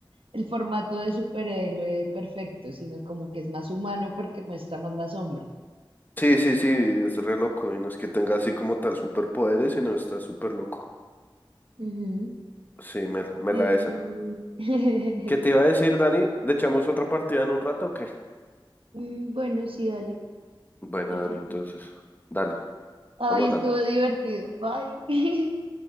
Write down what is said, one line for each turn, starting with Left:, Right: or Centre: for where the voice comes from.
Right: el formato de superhéroe perfecto, sino como que es más humano porque muestra más la sombra.
Left: Sí, sí, sí, es re loco. Y no es que tenga así como tal superpoderes, sino está súper loco.
Right: Ujú.
Left: Sí, me la, me
Right: Eh,
Left: la esa.
Right: <laughs>
Left: ¿Qué te iba a decir, Dani? ¿Le echamos otra partida en un rato o qué?
Right: mm, Bueno, sí, dale.
Left: Buena,
Right: Perfecto.
Left: Dani, entonces. Dale,
Right: Ay,
Left: estamos hablando.
Right: estuvo divertido. Bye. <laughs>